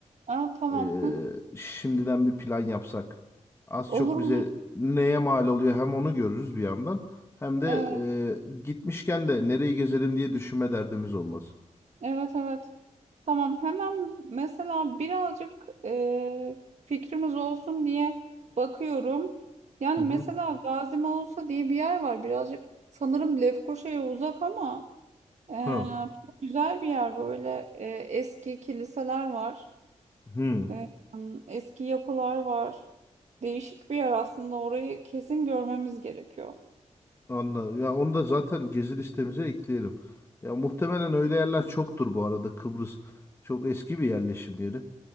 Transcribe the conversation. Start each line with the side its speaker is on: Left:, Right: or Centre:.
Right: Aa, tamam.
Left: e,
Right: Hı.
Left: şimdiden bir plan yapsak. Az
Right: Olur
Left: çok
Right: olur.
Left: bize neye mal oluyor hem onu görürüz bir yandan. Hem de
Right: Evet,
Left: e, gitmişken de nereyi gezelim diye düşünme derdimiz olmaz.
Right: evet, evet. Tamam, hemen mesela birazcık e, fikrimiz olsun diye bakıyorum. Yani
Left: Hı hı.
Right: mesela Gazi Mausa diye bir yer var. Birazcık sanırım Lefkoşa'ya uzak ama e,
Left: Ha,
Right: çok güzel bir yer böyle. E, eski kiliseler var.
Left: hı,
Right: E, eski yapılar var. Değişik bir yer aslında. Orayı kesin görmemiz gerekiyor.
Left: anladım. Ya onu da zaten gezi listemize ekleyelim. Ya muhtemelen öyle yerler çoktur bu arada. Kıbrıs çok eski bir yerleşim yeri.